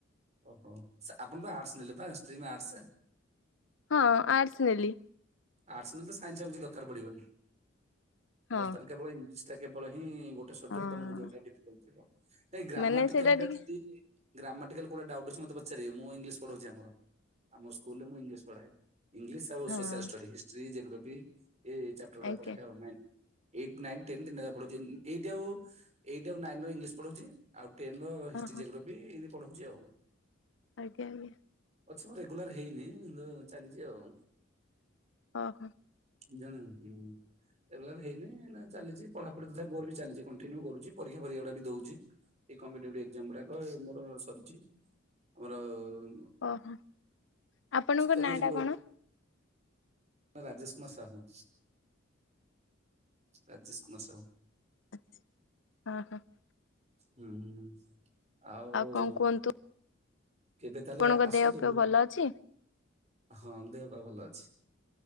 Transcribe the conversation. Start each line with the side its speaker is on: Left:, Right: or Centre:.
Right: ଓହୋ ସା ଆପଣ ତ ଆର୍ଟସ ନେଲେ ପା ଆର୍ଟସେ।
Left: ହଁ ଆର୍ଟସ୍ ନେଲି।
Right: ଆର୍ଟସ ନେଇଥିଲ ସାଇନ୍ସ ଆଉ କିଛି ଦରକାର ପଡ଼ିବନି
Left: ହଁ।
Right: ବର୍ତ୍ତମାନ କେବଳ ଇଂଲିସ୍ ଟା କେବଳ ହିଁ ଗୋ ଟ ସବ୍ଜେକ୍ଟ
Left: ହଁ।
Right: ତମୁକୁ ଯୋଉଟା ଡିଫିକଲ୍ଟ ଥିବ ନାଇଁ ଗ୍ରାମାଟିକାଲଟା
Left: ମାନେ ସେଇଟା ଟିକେ
Right: ଯଦି ଗ୍ରାମାଟିକାଲ କୋଉଟା ଡାଉଟ୍ ଅଛି ମତେ ପଚାରିଏ ମୁଁ ଇଂଲିଶ ପଢ଼ଉଚି ଆମର ଆମ ସ୍କୁଲରେ ମୁଁ ଇଲିଶ ପଢ଼ାଏ। ଇଂଲିଶ୍ ଆଉ
Left: ହଁ।
Right: ସୋସିଆଲ ଷ୍ଟଡ଼ି ହିଷ୍ଟ୍ରି ଜେଗ୍ରୋପି ଏ ଚାପ୍ଟର ଉଡ଼ା
Left: ଆଜ୍ଞା
Right: ପଢ଼ାଏ ଆଉ ନାଇ ଏଇଟ୍ ନାଇ ଟେନ୍ ତିନଟା ଯାକ ପଢ଼ଉଚି ଏ ଏଇଟ୍ ଆଉ ଏଇଟ୍ ଆଉ ନାଇନ୍ ର ଇଂଲିଶ ପଢ଼ଉଚି। ଆଉ ଟେନର ହିଷ୍ଟି
Left: ଓହୋ
Right: ଜେଗ୍ରୋପି ଏମତି ପଢ଼ଉଚି ଆଉ।
Left: ଆଜ୍ଞା ଇଁ
Right: ଅଛି ମୁଁ ରେଗୁଲାର ହେଇନି ଲୋ ଚାଲିଚି ଆଉ।
Left: ହଁ ହ।
Right: ଜାଣ ହୁଁ। ରେଗୁଲାର ହେଇନି ନା ଚାଲିଚି ପଢାପଢି ତଥାପି ମୋର ବି ଚାଲିଚି କଣ୍ଟୀନୁ କରୁଛି। ପରୀକ୍ଷା ଫରିକ୍ଷା ବି ଦଉଛି। ଏଇ କମ୍ପିଟେଟୁ ଏକ୍ଜାମ ଗୁଡ଼ାକ ମୋର ସରିଛି। ଆମର ଉଁ
Left: ଓହୋ। ଆପଣଙ୍କ
Right: ସ୍ପରି
Left: ନାଁ
Right: ଯାଇଛି
Left: ଟା
Right: ମୋରୋଡ଼।
Left: କଣ?
Right: ମୋନା ରାଜେଶ କୁମାର ସାହୁ। ରାଜେଶ କୁମାର ସାହୁ।
Left: ଆଚ୍ଛା ହାଁ ହା।
Right: ହୁଁ ହ ଆଉ
Left: କଣ କୁହନ୍ତୁ
Right: କେବେ ତାହେଲେ
Left: ଆପଣଙ୍କ
Right: ଆସନ୍ତୁ
Left: ଦେହ ଫେହ
Right: ବୁଲ୍।
Left: ଭଲ ଅଛି?
Right: ହଁ ଦେହପା ଭଲ ଅଛି।